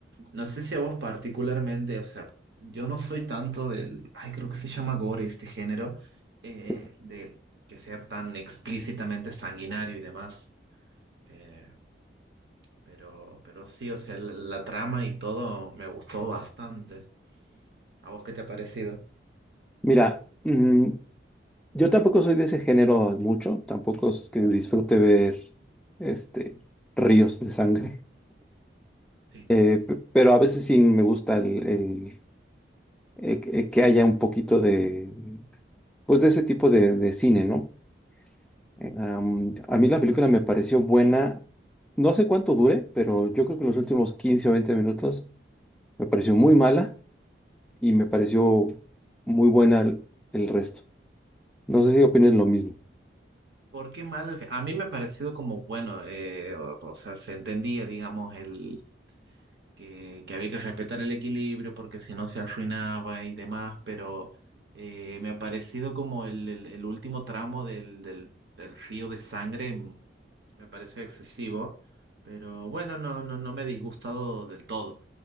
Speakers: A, on the right; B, in the centre.
A: No sé si a vos particularmente, o sea, yo no soy tanto del, ay, creo que se llama gore este género, eh,
B: Sí.
A: de que sea tan explícitamente sanguinario y demás. Eh, pero, pero sí, o sea, la, la trama y todo me gustó bastante. ¿A vos qué te ha parecido?
B: Mira, mm, yo tampoco soy de ese género mucho, tampoco es que disfrute ver este, ríos de sangre,
A: Sí.
B: Eh, pe- pero a veces sí me gusta el, el- eh, que eh, que haya un poquito de, pues de ese tipo de, de cine, ¿no? Eh, am, a mí la película me pareció buena, no sé cuánto dure, pero yo creo que en los últimos 15 o 20 minutos me pareció muy mala y me pareció muy buena el, el resto. No sé si opinas lo mismo.
A: ¿Por qué mal? al fin? A mí me ha parecido como, bueno, eh, o, o sea, se entendía, digamos, el que, que había que respetar el equilibrio porque si no se arruinaba y demás, pero eh, me ha parecido como el, el- el último tramo del, del, del río de sangre, mm, me pareció excesivo, pero bueno, no, no, no me he disgustado del todo.